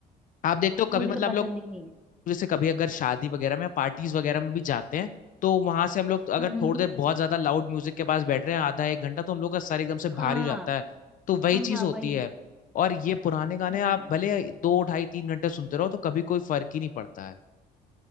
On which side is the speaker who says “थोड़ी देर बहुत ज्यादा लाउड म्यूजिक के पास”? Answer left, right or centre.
Left